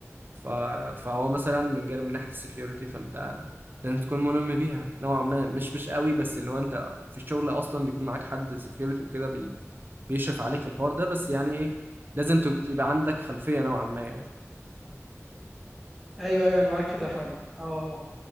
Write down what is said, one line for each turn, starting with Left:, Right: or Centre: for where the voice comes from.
Right: ف... فهو مثلا من جانب من ناحيه السكيورتي فانت لازم تكون ملم بيها نوعا ما مش مش قوي بس اللي هو انت في الشغل اصلا بيكون معاك حد سكيورتي وكده بي... بيشرف عليك في الحوار ده بس يعني ايه لازم تب- يبقى عندك خلفيه نوعا ما يعني
Centre: ايوه ايوه انا معاك في ده فعلا اه أه.